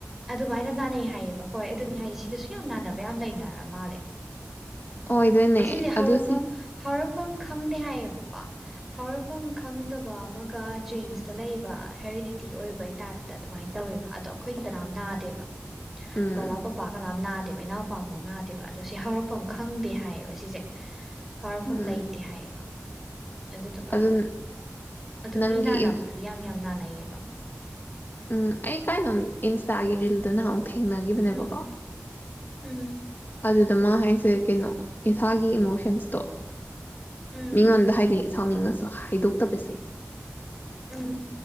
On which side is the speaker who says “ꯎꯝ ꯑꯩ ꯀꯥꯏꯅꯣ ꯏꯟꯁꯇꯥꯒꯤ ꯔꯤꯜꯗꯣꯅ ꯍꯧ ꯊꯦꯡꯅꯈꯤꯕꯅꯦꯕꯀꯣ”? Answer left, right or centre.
Left